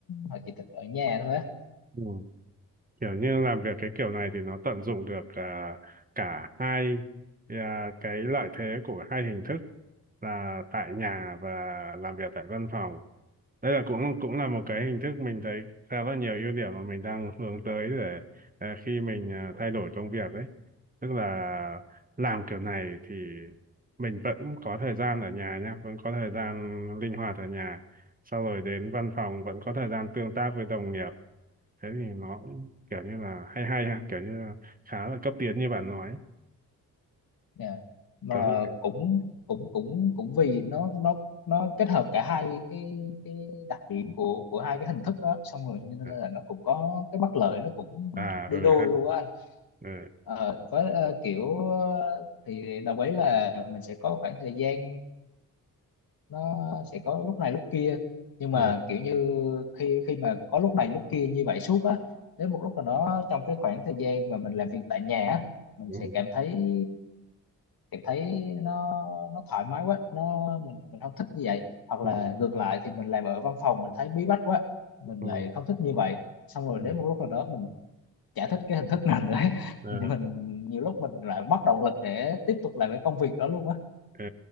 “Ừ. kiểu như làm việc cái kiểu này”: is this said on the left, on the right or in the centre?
Right